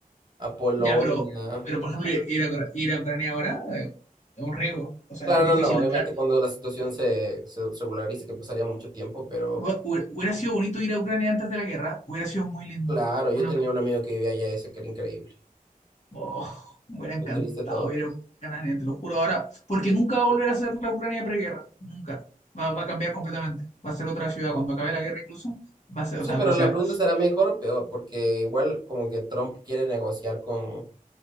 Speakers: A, on the right; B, on the left.
A: a Polonia,
B: Ya, pero, pero por ejemplo, ir a, Ucra- ir a Ucrania ahora eh, es un riesgo. O sea,
A: Claro,
B: es difícil
A: no, no, obviamente
B: entrar. y todo.
A: cuando la situación se, se regularice, que pasaría mucho tiempo, pero
B: Hu- hu- Hubiera sido bonito ir a Ucrania antes de la guerra. Hubiera sido muy lindo.
A: claro,
B: Una,
A: yo tenía un amigo que vivía allá y decía que era increíble,
B: oh, me hubiera encantado
A: lo triste todo.
B: ir a Ucrania, te lo juro ahora. Porque nunca va a volver a ser la Ucrania preguerra. Nunca. Va, va a cambiar completamente. Va a ser otra ciudad. Cuando acabe la guerra incluso, va a ser,
A: Sí,
B: o sea,
A: pero
B: otra ciudad.
A: la pregunta será mejor o peor, porque igual como que Trump quiere negociar con,